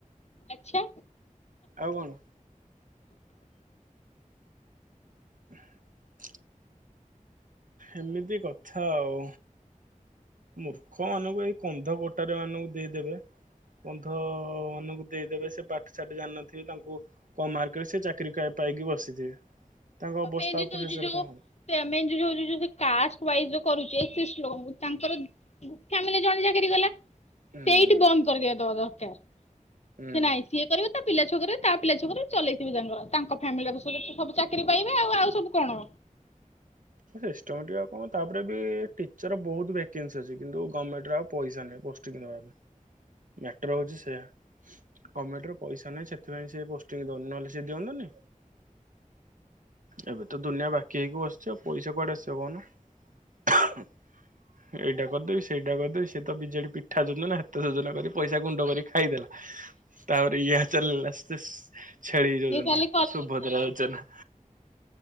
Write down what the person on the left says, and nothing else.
ଆଚ୍ଛା
ମେନ୍ ଜିନିଷ
ହଉଚି
ଯୋଉ
ସେ। <unintelligible> କାଷ୍ଟ ୱାଇଜ୍ ଯୋଉ କରୁଚି, <unintelligible> ତାଙ୍କର ଫାମିଲ୍ ଜଣେ ଚାକିରି କଲା।
ସେଇଠି ବନ୍ଦ କରିଦିବା ଦବା ଦରକାର।
ସେ ନାଇଁ। ସିଏ କରିବ ତା ପିଲା ଛୁଆକରେ, ତା ପିଲା ଛୁଆକରେ ଚଲେଇଥିବେ ତାଙ୍କର। ତାଙ୍କ ଫ୍ୟାମିଲ ର ସବୁ ଚାକିରି ପାଇବେ। ଆଉ ଆଉ ସବୁ କଣ?
ଇଏ ଖାଲି